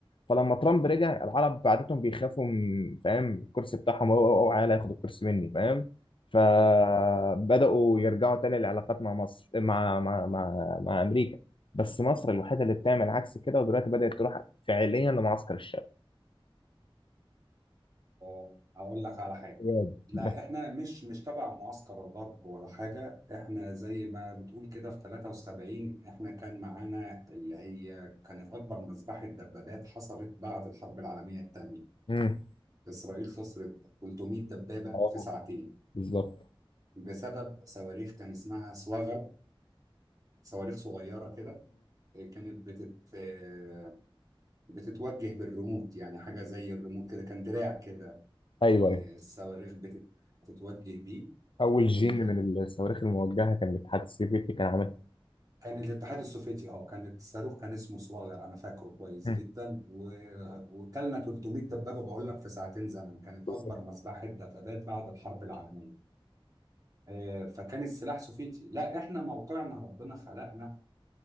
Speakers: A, on the left; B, on the right.
A: فلما ترامب رجع العرب بعدتهم بيخافوا من فاهم الكرسي بتاعهم اوعى أو أو ياخد الكرسي مني فاهم فبداوا
B: اه
A: يرجعوا تاني للعلاقات مع مصر مع مع مع, مع امريكا بس مصر الوحيده اللي بتعمل عكس كده ودلوقتي بدات تروح فعليا لمعسكر الشعب
B: آه، هقول لك على حاجة
A: بجد.
B: لا
A: بس
B: احنا مش مش تبع معسكر الغرب ولا حاجة احنا زي ما بتقول كده في 73 احنا كان معانا اللي هي كانت أكبر مذبحة دبابات حصلت بعد الحرب العالمية الثانية
A: مم.
B: إسرائيل خسرت 300 دبابة
A: اه
B: في ساعتين
A: بالظبط
B: بسبب صواريخ كان اسمها صواغب صواريخ صغيرة كده كانت بتت آه، بتتوجه بالريموت يعني حاجة زي الريموت كده كان دراع كده
A: ايوه ايوه
B: آه، الصواريخ بتت- بتتوجه بيه
A: اول جين
B: آه،
A: من الصواريخ الموجهه كان الاتحاد السوفيتي كان عاملها
B: كان الاتحاد السوفيتي اه كانت صاروخ كان اسمه صواغر انا فاكره كويس
A: مم.
B: جدا و- وكلنا 300 دبابة بقول لك في ساعتين زمن كانت
A: بالظبط
B: اكبر مذبحة دبابات بعد الحرب العالمية آه، فكان السلاح سوفيتي لا احنا موقعنا ربنا خلقنا